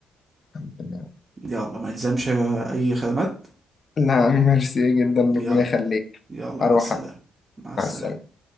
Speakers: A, on the left (about 40°); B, on the right (about 30°).
A: الحمد لله
B: يلا ما يلزمش أي خدمات
A: لا ميرسي جدا ربنا
B: يلا
A: يخليك
B: يلا
A: اروح
B: مع السلامة
A: أنا.
B: مع السلامة
A: مع السلامة